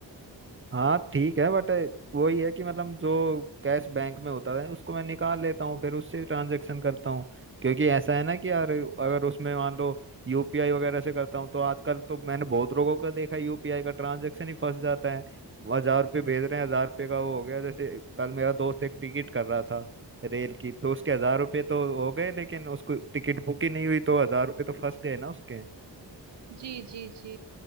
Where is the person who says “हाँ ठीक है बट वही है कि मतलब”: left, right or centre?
Right